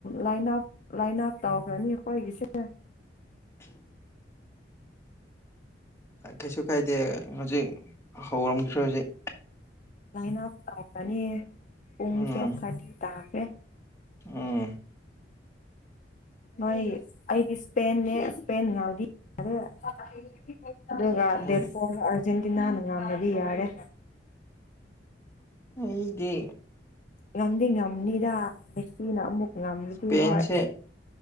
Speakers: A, on the left (about 45°); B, on the left (about 15°).
A: ꯂꯥꯏꯅꯥ ꯂꯥꯏꯅꯥ ꯇꯧꯈ꯭ꯔꯅꯤ ꯑꯩꯈꯣꯏꯒꯤꯁꯦ
B: ꯀꯩꯁꯨ ꯀꯥꯏꯗꯦ ꯍꯧꯖꯤꯛ ꯍꯧꯔꯝꯈꯤ꯭ꯔꯦ ꯍꯧꯖꯤꯛ
A: ꯂꯥꯏꯟ ꯑꯞ ꯇꯥꯀꯅꯤ <unintelligible> ꯄꯨꯡ
B: ꯎꯝ
A: ꯇꯨꯋꯦꯜꯐ ꯊꯥꯔꯇꯤ ꯇꯥꯈ꯭ꯔꯦ
B: ꯎꯝ
A: ꯍꯣꯏ ꯑꯩꯗꯤ ꯏꯁꯄꯦꯟꯅꯦ ꯏꯁꯄꯦꯟ ꯌꯥꯎꯔꯗꯤ ꯌ‌ꯥꯔ‌ꯦ ꯑꯗꯨꯒ
B: ꯑꯩ
A: ꯗꯦꯀꫭꯝꯅ ꯑꯥꯔꯖꯦꯟꯇꯤꯅꯥꯅ ꯉꯝꯃꯗꯤ ꯌꯥꯔꯦ
B: ꯑꯩꯗ <unintelligible>
A: ꯉꯝꯗꯤ ꯉꯝꯅꯤꯗ ꯃꯦꯁꯤꯅ ꯑꯃꯨꯛ ꯉꯝꯕꯗꯤ
B: ꯏꯁꯄꯦꯟꯁꯦ
A: ꯍꯣꯏ